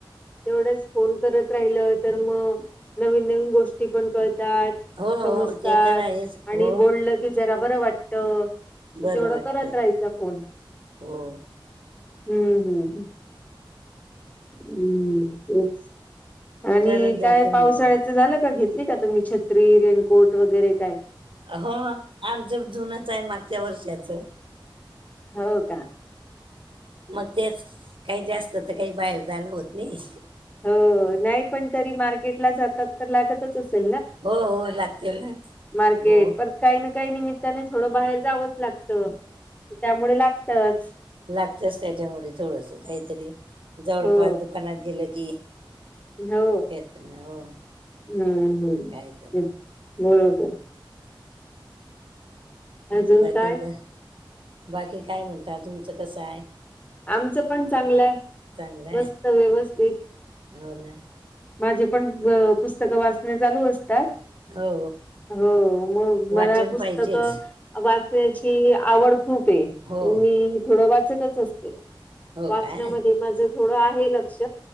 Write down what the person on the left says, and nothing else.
तेवढंच फोन करत राहिलं तर मग नवीन नवीन गोष्टी पण कळतात.
समजतात
आणि
बोलल की जरा बरं वाटत. मग
तेवढं
करत राहायच फोन
हम्म हम्म. हम् तेच आणि
काय
पावसाळ्याचं
झालं का घेत का तुम्ही छत्री, रेनकोट वगैरे काय?
हो का?
हो नाही पण तरी मार्केटला जातात तर लागत असे
मार्केट
काही ना काही निमित त्याने थोडं बाहेर जावंच लागत त्यामुळे लागतच.
हो
हो
हम् हम्
ते बरोबर. अजून
काय
आमचं पण चांगलं आहे
मस्त व्यवस्थित.
माझे पण पुस्तकं वाचण्या चालू असतात.
हो मग
मला पुस्तक
वाचण्याची आवड खूप आहे,
मग मी थोडं वाचतच असते.
वाचनामध्ये
माझ थोडं आहे लक्ष